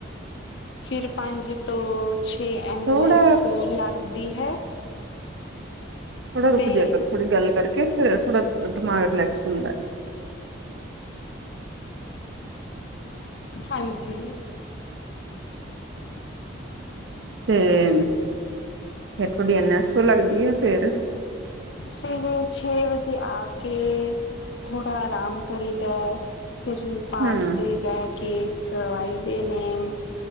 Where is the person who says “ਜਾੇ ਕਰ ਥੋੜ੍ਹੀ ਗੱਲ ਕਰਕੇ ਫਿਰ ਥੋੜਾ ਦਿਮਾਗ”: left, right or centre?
Right